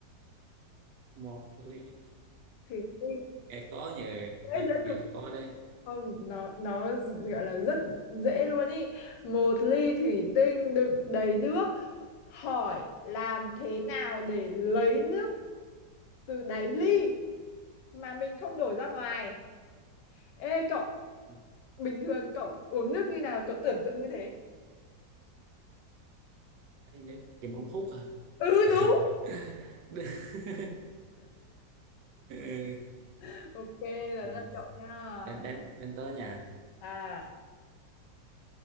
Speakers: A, on the right; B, on the left.
A: Một ly.
B: Thủy tinh
A: Nghe khó nhờ,
B: dễ
A: nghe
B: dễ
A: nghe
B: cực.
A: khó đấy.
B: Không, nó nó gọi là rất dễ luôn ý. Một ly thủy tinh đựng đầy nước. Hỏi làm thế nào để lấy nước từ đáy ly mà mình không đổ ra ngoài ê cậu
A: Ừ.
B: bình thường cậu uống nước như nào cậu tưởng tượng như thế
A: Đây nữa, chùm ống hút à.
B: ừ đúng
A: <laughs> Ừ.
B: <laughs> ok là
A: Ừ.
B: rất cậu nha
A: Đến đến đến tới nhà.
B: à